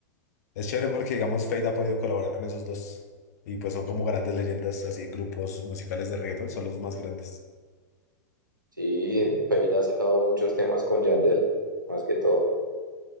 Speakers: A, on the left; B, on the right.
A: Es chévere porque, digamos, Fade ha podido colaborar con esos dos. Y pues son como grandes leyendas, así en grupos musicales de reggaetón, son los más grandes.
B: Sí, Feid ha sacado muchos temas con Yandel, más que todo.